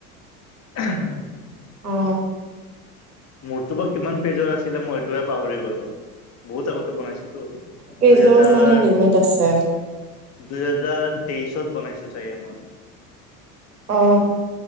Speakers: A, on the left (about 35°); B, on the right (about 80°).
A: অহ।
B: অ।
A: মোৰতো বা কিমান পেজৰ আছিলে মই সেইতোৱে পাহৰি গলো বহুত আগতে বনাইছিলোতো
B: কেইযোৰ
A: দুই হেজাৰ
B: মানে লিমিট
A: উম
B: আছে
A: দুহেজাৰ তেইশত বনাইছো চাগে মই।
B: অ